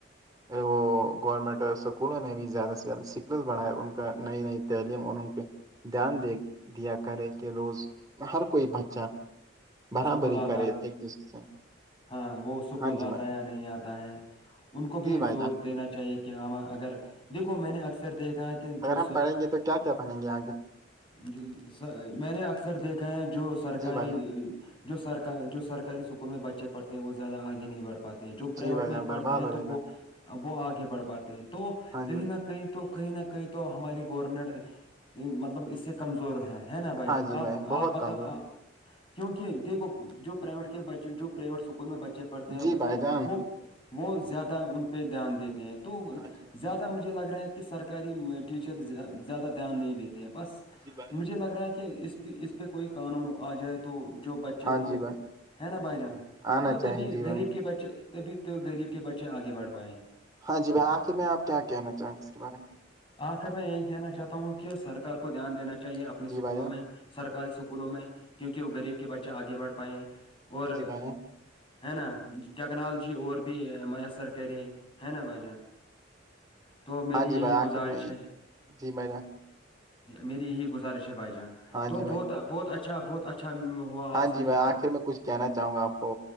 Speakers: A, on the right; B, on the left.
A: وہ گورنمنٹ اسکولوں میں بھی زیادہ سے سکھلت بڑائے ان کا نئی نئی تعلیم اور ان کے دھیان دے دیا کرے کہ روز ہر کوئی بچہ برابری
B: سکول آتا
A: ہی کرے ایک دوسرے سے
B: ہاں وہ سکول
A: ہاں جی
B: آتا
A: بھائی
B: ہے نہیں آتا ہے ان کو بھی
A: جی بھائی
B: زور
A: جان
B: دینا چاہیے کیا اگر دیکھو میں نے اکثر دیکھا ہے کہ
A: اگر
B: جو
A: ہم پڑھیں گے تو کیا کیا پڑھیں گے آگے
B: جی میں نے اکثر دیکھا ہے جو سرکاری
A: جی بھائی جان
B: جو سرک جو سرکاری اسکول میں بچے پڑھتے ہیں وہ زیادہ آگے نہیں بڑھ پاتے جو پرائیوٹ
A: جی بھائی
B: میں
A: جان برباد
B: پڑھتے ہیں
A: ہو جاتا
B: تو وہ
A: ہے۔
B: وہ آگے بڑھ پاتے ہیں تو
A: ہاں
B: کہیں
A: جی بھائی،
B: نہ کہ کہیں تو کہیں نہ کہیں تو ہماری گورنمنٹ مطلب اس سے کمزور ہے ہے نا بھائی
A: ہاں
B: جان
A: جی
B: آپ
A: بہت
B: آپ بتاؤ
A: کمزور
B: کیونکہ دیکھو جو پرائیویٹ کے بچے جو پرائیویٹ اسکول میں بچے پڑھتے
A: ہے
B: ہیں
A: جی بھائی جان
B: وہ وہ زیادہ ان پہ دھیان دیتے ہیں تو
A: ہاں جی بھائی
B: زیادہ مجھے لگ رہا ہے کہ سرکاری ٹیچر زیادہ دھیان نہیں دیتے ہیں بس
A: جی بھائی
B: مجھے
A: جان
B: لگ رہا ہے کہ اس پ اس پہ کوئی قانون آ جائے تو تو جو بچوں
A: ہاں
B: کو
A: جی بھائی
B: ہے نا بھائی جان
A: آنا
B: تو تبھی
A: چاہیے جی بھائی
B: غریب کے بچے تبھی تو غریب کے بچے آگے بڑھ پائیں
A: ہاں جی بھائی آخر میں آپ کیا کہنا چاہیں گے اس کے بارے میں
B: آخر میں یہی کہنا چاہتا ہوں کہ سرک کو دھیان دینا چاہیے اپنی
A: میں
B: اسکولوں
A: جی بھائی جان
B: میں سرکاری اسکولوں میں کیونکہ وہ گغریب کے بچے آگے بڑھ پائے اور
A: جی بھائی جان
B: ہے نا ٹیکنالوجی اور پ میسر کرے ہے نا بھائی جان تو میری
A: ہاں جی
B: یہی
A: بھائی آخر
B: گزارش
A: میں
B: ہے
A: جی بھائی جان
B: میری یہی گزارش ہے بھائی جان
A: ہاں
B: تو
A: جی بھائی
B: بہت بہت اچھا بہت اچھا ہوا
A: ہاں
B: آپ سے
A: جی
B: مل
A: بھائی
B: کر
A: آخر میں کچھ کہنا چاہوں گا آپ کو